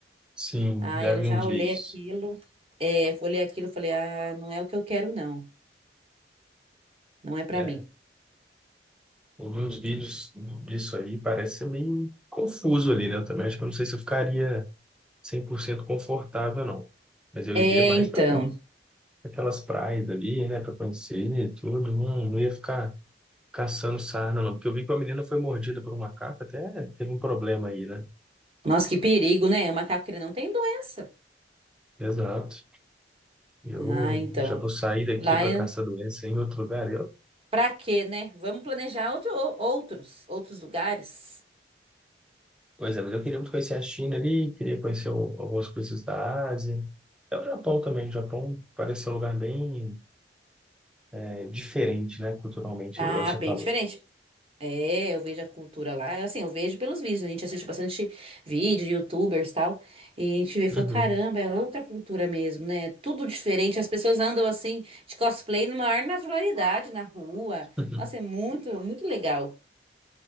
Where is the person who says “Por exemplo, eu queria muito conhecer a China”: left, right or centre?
Centre